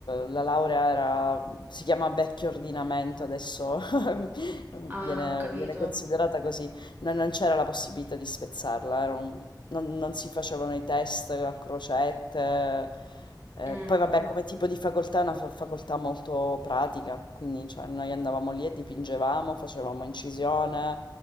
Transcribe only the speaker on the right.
ah,
ho capito.
Mm.